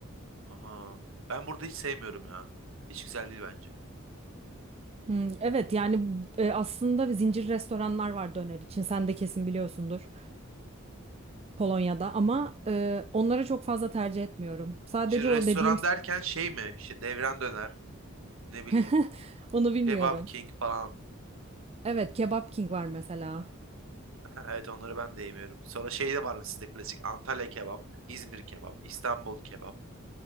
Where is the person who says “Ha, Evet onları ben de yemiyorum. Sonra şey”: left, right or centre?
Right